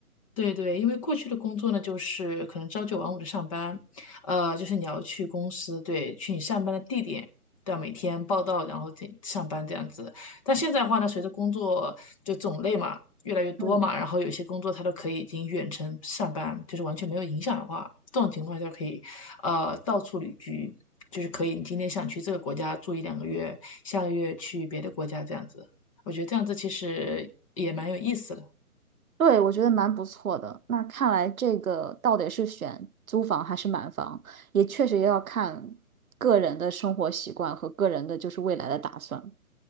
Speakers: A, on the left; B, on the right.
A: 对对，因为过去的工作呢，就是可能朝九晚五的上班，呃，就是你要去公司，对，去你上班的地点，对啊，每天报到，然后这上班这样子。但现在的话呢，随着工作就种类嘛越来越多嘛，
B: 嗯。
A: 然后有些工作它都可以已经远程上班，就是完全没有影响的话，这种情况下可以，呃，到处旅居，就是可以你今天想去这个国家住一两个月，下个月去别的国家这样子。我觉得这样子其实也蛮有意思的。
B: 对，我觉得蛮不错的。那看来这个到底是选租房还是买房，也确实要看个人的生活习惯和个人的就是未来的打算。